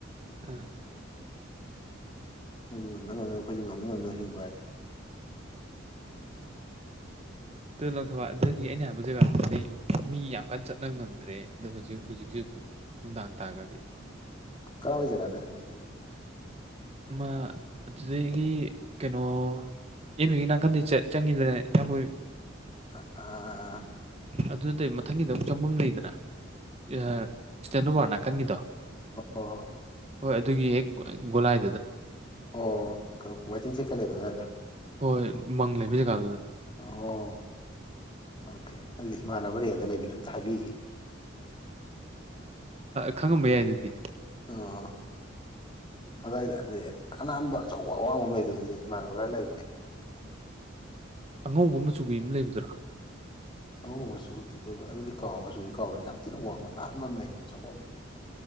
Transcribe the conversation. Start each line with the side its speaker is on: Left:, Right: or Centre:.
Right: ꯑꯥ꯫
Left: ꯃꯣꯏꯁꯨ ꯉꯝꯅ ꯉꯝ ꯑꯩꯈꯣꯏꯁꯨ ꯉꯝꯅ ꯉꯝꯅ ꯍꯤꯡꯕ ꯍꯥꯏꯗꯤ꯫ <unintelligible> <inaudible>
Right: ꯇꯨ ꯂꯪꯊꯕꯥꯜ ꯑꯗꯒꯤ ꯑꯩꯅ ꯍꯥꯏꯕ ꯖꯒꯥꯗꯨꯗꯤ꯫ ꯃꯤ ꯌꯥꯝ ꯀꯟꯅ ꯆꯠꯅꯕ ꯉꯝꯗ꯭ꯔꯦ ꯑꯗꯣ ꯍꯧꯖꯤꯛ ꯍꯧꯖꯤꯛꯁꯨ ꯑꯗꯨꯝ ꯅꯨꯡꯗꯥꯡ ꯇꯥꯈ꯭ꯔꯗꯤ꯫
Left: ꯀꯥꯏ ꯌꯥꯏ ꯖꯒꯥ ꯗꯥꯏꯔꯦꯛ ꯑꯣꯏꯗꯣꯏꯅꯣ
Right: ꯑꯃ ꯑꯗꯨꯗꯒꯤ ꯀꯩꯅꯣ꯫ ꯑꯦꯝꯌꯨꯒꯤ ꯅꯥꯀꯟꯗꯤ ꯆꯪ ꯆꯪꯉꯤꯗꯅ ꯏꯌꯥꯝꯕꯣ
Left: ꯑ ꯑꯥ ꯑ
Right: ꯑꯗꯨ ꯅꯠꯇꯧ ꯃꯊꯪꯒꯤꯗ ꯑꯃꯨꯛ ꯆꯪꯐꯝ ꯂꯩꯗꯅ ꯑꯥ ꯏꯁꯇꯦꯟꯗꯔꯣꯕꯥꯔꯠ ꯅꯥꯀꯟꯒꯤꯗꯣ
Left: ꯍꯣ ꯍꯣ
Right: ꯍꯣꯏ ꯑꯗꯨꯒꯤ ꯍꯦꯛ ꯒꯣꯂꯥꯏꯗꯨꯗ
Left: ꯑꯣ ꯋꯥꯏꯇꯤꯡ ꯁꯦꯠꯀ ꯂꯩꯕ ꯑꯗꯨꯋꯥꯏꯗꯣ
Right: ꯍꯣꯏ ꯃꯪ ꯂꯩꯕ ꯖꯒꯗꯨꯗ
Left: ꯑꯣ ꯑꯣꯀꯦ ꯑꯗꯨꯗꯤ ꯏꯃꯥꯟꯅꯕ ꯔꯦꯟꯗ ꯂꯩꯕꯅꯦ ꯑꯝꯇ ꯍꯥꯏꯕꯤꯒꯤꯒꯦ
Right: ꯈꯪꯉꯝꯕ ꯌꯥꯏ ꯑꯗꯨꯗꯤ
Left: ꯑꯥ ꯑꯗꯨꯋꯥꯏꯗ ꯑꯗꯨꯗꯤ ꯑꯅꯥꯟꯕ ꯑꯆꯧꯕ ꯑꯋꯥꯡꯕ ꯑꯃ ꯂꯩꯗꯣꯏ ꯑꯗꯨꯗ ꯏꯃꯥꯟꯅꯕ ꯈꯔ ꯂꯩꯕꯅꯦꯕ
Right: ꯑꯉꯧꯕ ꯃꯆꯨꯒꯤ ꯑꯃ ꯂꯩꯕꯗꯨꯔꯥ
Left: ꯑꯉꯧꯕ ꯃꯆꯨꯗꯤ ꯑꯣꯏꯕ꯭ꯔꯥ ꯑꯗꯨꯗꯤ ꯀꯥꯎ ꯃꯆꯨꯗꯤ ꯀꯥꯎꯕ꯭ꯔꯦ ꯌꯥꯝ ꯊꯤꯅ ꯋꯥꯡꯕ ꯅꯥꯟ ꯑꯃ ꯂꯩꯕꯅꯦ ꯑꯆꯧꯕ ꯑꯃ